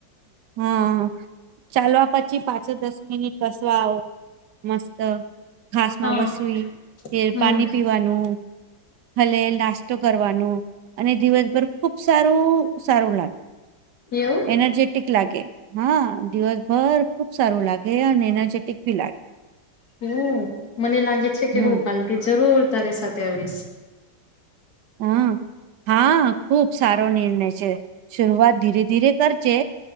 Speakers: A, on the right (about 75°); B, on the left (about 60°).
A: હા ચાલવા પછી પાચ દસ મિનિટ બસવા આવો મસ્ત ઘાસ
B: હા
A: માં વસવી ફેર
B: હમ
A: પાણી પી ભલે નાસ્તો કરવાનું અને દિવસભર ખુબ સારું સારું લાગે
B: એવું
A: એનજે લાગે હા દિવસભર ખુબ સારું લાગે અને એનર્જેટિક ભી લાગે
B: હ મને લાગે છે કે
A: હમ
B: હું કાલથી જરૂર તારે સાથે આવીશ
A: હમ હા ખુબ સારો નિર્ણય છે શરૂઆત ધીરે ધીરે કરજે